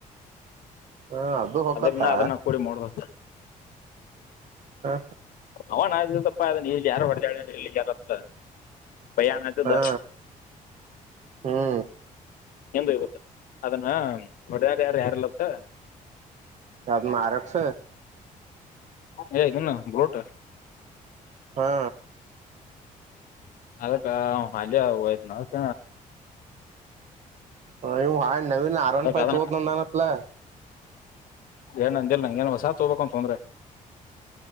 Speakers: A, on the right; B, on the left.
A: ಹ ಅದು ಹಕತ್ತಾ
B: ಅದನ್ನ ಅದನ್ನ ಕೂಡಿ ಮಾಡ್ದ
A: ಹಾ
B: ಅವನ್ ಆಯ ಪ್ಪ ಅದ ಇಲ್ಲಿ ಯಾರು ಹೊರ್್ದಾಳ ಅಂದ್ರೆ ಇಲ್ಲಿ ಯಾರತದೆ ಪಯಾನ ತು
A: ಹ
B: ದ
A: ಹ್ಮ್
B: ಎಿಂದ ಇವತ್ತ ಅದನ್ನ ಒಡನಾಡಿ ಯಾರು ಯಾರಲ್ಲತ್ತ
A: ಯತ್ಮ ಆರೋಗಕ್ಷ
B: ಏ ನಿನ್ನ ಬರೋಟ
A: ಹಾ
B: ಅಲಕ ಹಾಲ ನತ
A: ಹ ಇವು ಹಾ ನವನ್ ಅರಣ ಪಾಯಿತೋದ
B: ಅದನ್ನ
A: ನಂದಾನತ್ಲ್ಲ
B: ಏನ್ ನಂಗಲ್ ನಂಗೆಏನ್ ಹೊಸಾ ತ ಹೋಗಬೇಕಕ್ಂತ ತೊಂದ್ರೆ